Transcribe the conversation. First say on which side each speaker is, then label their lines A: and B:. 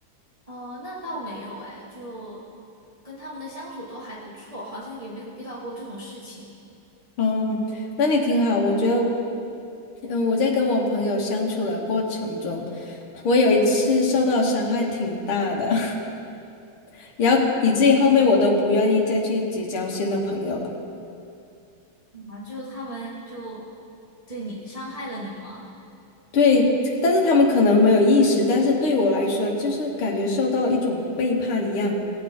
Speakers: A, on the right (about 20°); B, on the left (about 85°).
A: 哦，那倒没有哎，就跟他们的相处都还不错，好像也没有遇到过这种事情
B: 嗯，那你挺好，我觉得，嗯，我在跟我朋友相处的过程中，我有一次受到伤害挺大的，<laughs> 然后以至于后面我都不愿意再去结交新的朋友了。
A: 啊，就他们就对你伤害了你吗？
B: 对，但是他们可能没有意识，但是对我来说，就是感觉受到了一种背叛一样。